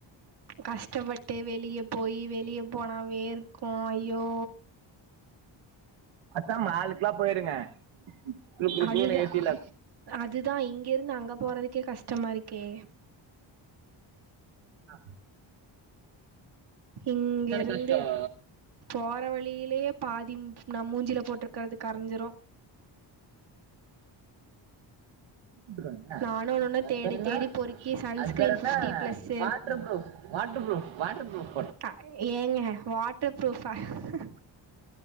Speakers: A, on the right; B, on the right.
A: கஷ்டப்பட்டு வெளியே போய் வெளியே போனாவே வேர்க்கு ஐய்யோ
B: அக்கா மாலுக்கெல்லா போயிருங்க குளு குளு
A: அதுதா
B: குளுன்னு ஏசியில்
A: அதுதா இங்க இருந்து அங் அங்க போறதுக்கே கஷ்டமா இருக்கே
B: ஆ
A: இங்க இருந்து
B: கஷ்டம்
A: போற வழியிலேயே பாதி ம் நா மூஞ்சில போட்ருக்கறது கரைஞ்சிரு
B: த்துக்கு
A: நானு ஒன்னொன்னா
B: அது
A: தேடி
B: பேரு என்ன
A: தேடி பொறுக்கி சன்ஸ்கிரீன்
B: அது பேரு என்ன
A: fifty plus
B: water proof water proof water proof
A: அ ஏங்க வாட்டர் ப்ரூஃபா ஹ்